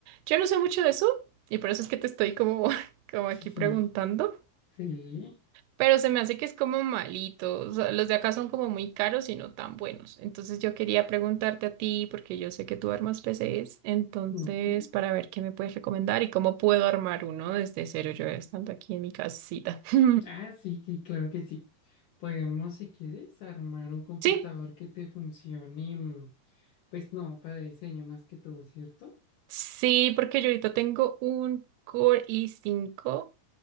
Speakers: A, on the right (about 80°); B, on the left (about 60°).
A: yo no sé mucho de eso y por eso es que te estoy como, <laughs> como
B: Sí,
A: aquí
B: sí.
A: preguntando.
B: Sí.
A: Pero se me hace que es como malito. o sea, los de acá son como muy caros y no tan buenos. Entonces yo quería preguntarte a ti, porque yo sé que tú armas PCs, entonces
B: ujú.
A: para ver qué me puedes recomendar y cómo puedo armar uno desde cero yo estando aquí en mi casita. <laughs>
B: Ah, sí, sí, claro que sí. Podemos, si quieres, armar un computador
A: Sí,
B: que te funcione. mm, Pues no, para diseño más que todo, ¿cierto?
A: sí, porque yo ahorita tengo un Core i5,